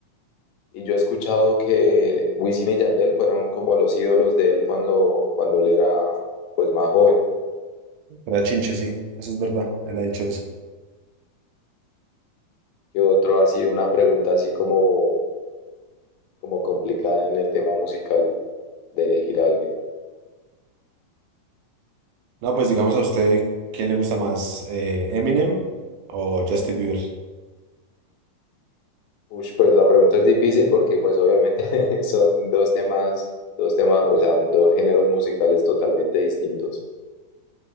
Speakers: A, on the left; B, on the right.
A: Y yo he escuchado que Wisin y Yandel fueron como los ídolos de él cuando, cuando él era pues más joven.
B: Era Chinche, sí, eso es verdad, él ha dicho eso.
A: Y otro así, una pregunta así como, como complicada en el tema musical de elegir a alguien.
B: No, pues digamos a usted, ¿quién le gusta más, eh, Eminem o Justin Bieber?
A: Ush, pues la pregunta es difícil porque pues obviamente <laughs> son dos temas, dos temas, o sea, dos géneros musicales totalmente distintos.